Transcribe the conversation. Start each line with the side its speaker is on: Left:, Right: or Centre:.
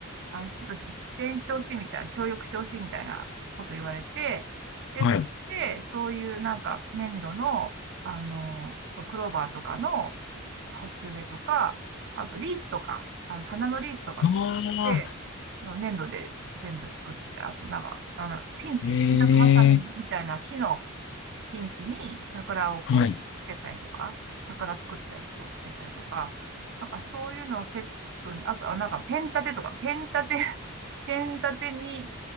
Right: あ、ちょっと出店してほしいみたいな、協力してほしいみたいなこと言われて、で、
Left: はい。
Right: そこで、そういうなんか粘土の、あの、そう、クローバーとかの鉢植えとか、あとリースとか、あの、花のリースとか作って、
Left: ああ、
Right: の粘土で全部作って、あとなんか、あの、ピンチ、
Left: ええ、
Right: 洗濯バサミみたいな木のピンチに桜をこうつけたりとか、
Left: はい。
Right: 桜作ったやつをつけたりとか、なんかそういうのをセットに、あとはなんかペン立てとか、ペン立て、<laughs> ペン立てに、